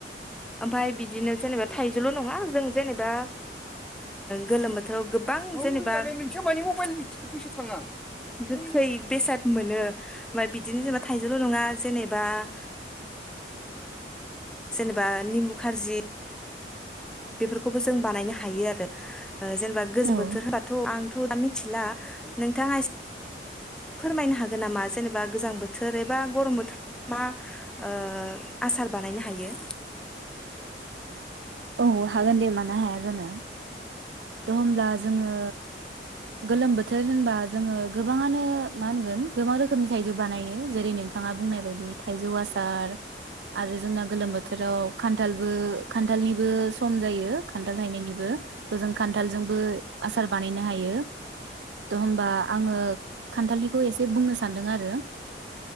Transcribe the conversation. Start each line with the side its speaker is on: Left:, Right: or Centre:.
Centre: ओमफाय बिदिनो जेनेबा थाइजौल नंङा जों जेनेबा गोलोम बोथोराव गोबां जेनेबाैसा थांङा गोखै बेसाद मोनो ओमफ्राय बिदिनो जेनेबा थाइजौल नंङा जेनेबा- जेनेबा निमबु खारजि बेफोरखौबो जों बानायनो हायो आरो जेनेबा गोजां
Right: औ
Centre: बोथोर होबाथ आंथ दा मिथिला। नोंथाङा इसे फोरमायनो हागोन नामा जेनेबा गोजां बोथोर एबा गरम बोथोराव मा आसार बानायनो हायो।
Right: औ हागोन दे मानो हाया जानो द होमब्ला जोंङो गोलोम बोथोर होनबा जोंङो गोबाङानो मा होनगोन गोबां रोखोमनि थाइजौ बानायो जेरै नोंथाङा बुंनाय बायदि थाइजौ आसार आरो जोंना गोलोम बोथोराव खान्थालबो खान्थाल खान्थालनिबो सम जायो खान्थाल थायनायनिबो थ जों खान्थालजोंबो आसार बानायनो हायो। द होमबा आंङो खान्थालनिखौ एसे बुंनो सान्दों आरो